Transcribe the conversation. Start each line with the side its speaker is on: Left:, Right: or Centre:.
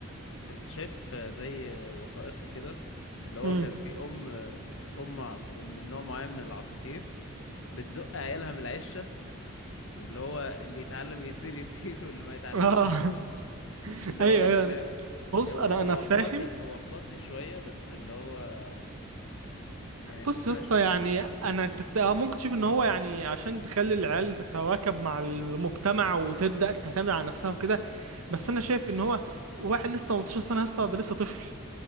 Left: كنت شايف آه، زي آه، وثائقي كده اللي هو
Right: مم.
Left: كان في ام آه، ام ع- ب- من نوع معين من العصافير بتزق عيالها من العشه واللي هو اللي يتعلم يطير يطير واللي ما يتعلمش
Right: اه
Left: هيموت
Right: <laughs>
Left: اللي
Right: ايوه
Left: هو
Right: ايوه
Left: فاهم
Right: بص
Left: هو
Right: انا
Left: هو
Right: انا فاهم
Left: قاسي هو قاسي شويه بس اللي هو يعني ممكن
Right: بص يا اسطى
Left: اشوف
Right: يعني انا تت... آه ممكن تشوف ان هو يعني عشان تخلي العيال تتواكب مع المجتمع وتبدا تعتمد على نفسها وكده بس
Left: امم
Right: انا شايف ان هو واحد لسه 18 سنه لسه ده لسه طفل